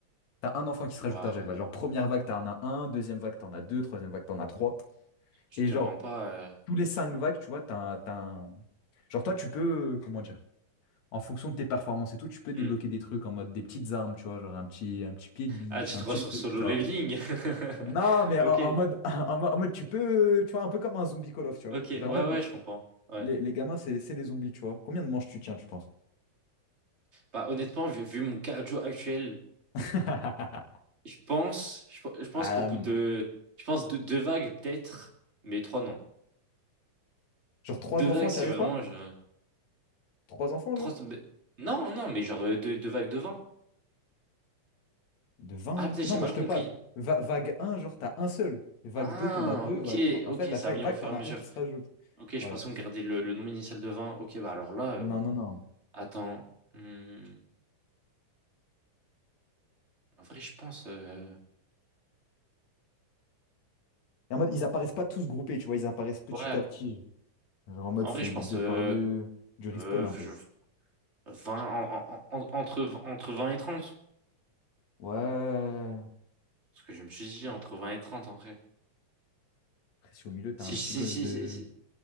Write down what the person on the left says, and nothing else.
T'as un enfant qui se rajoute
à chaque vague. Genre, première vague, t'en as un, deuxième vague, t'en as deux, troisième vague, t'en as trois.
Et
genre,
tous les cinq vagues, tu vois, t'as, un- t'as un- Genre, toi, tu peux, euh, comment dire, en fonction de tes performances et tout, tu peux débloquer
des trucs en mode des petites armes, tu vois, genre un petit, un petit pied de biche,
un
petit
truc,
tu
vois.
Non, mais
en, en mode, <laughs> en, mode, en mode, tu peux, tu vois, un peu comme un zombie Call of, tu vois.
Genre,
en mode.
les, les gamins, c'est c'est les zombies, tu vois. Combien de manches tu tiens, tu penses?
<laughs>
Ah,
hum,
genre
trois
enfants,
tu arrives
pas?
Trois enfants,
genre?
De 20
Non,
moi je te
parle. Va- vague un, genre, t'as un seul. Vague
2, t'en as deux.
Vague trois,
En fait, à
chaque
vague,
t'en
as
un qui se rajoute.
Ouais.
Non, non, non.
Et en mode, ils apparaissent pas tous groupés, tu vois, ils apparaissent petit
à petit. Genre en mode,
c'est
des
deux
par deux, du respawn
un
peu.
Ouais.
Après, si au milieu, t'as
un
petit gosse
de.